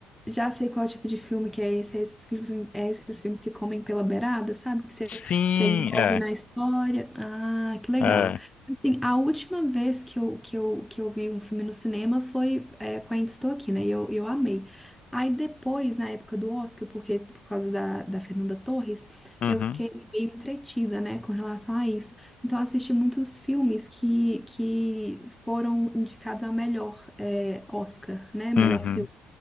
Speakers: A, in the centre; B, on the left (about 50°).
A: Já sei qual tipo de filme que é esse, é esses, que, tipo assim, é esses filmes que comem pela beirada, sabe? Que você
B: Sim,
A: se envolve
B: é,
A: na história. Ah, que legal.
B: é.
A: Assim, a última vez que eu, que eu, que eu vi um filme no cinema foi é, com a Ainda Estou Aqui, né? E eu, eu amei. Aí depois, na época do Oscar, porque por causa da, da Fernanda Torres,
B: Uhum,
A: eu fiquei meio entretida, né, com relação a isso. Então, eu assisti muitos filmes que, que foram indicados ao melhor é, Oscar, né? Melhor
B: uhum,
A: filme.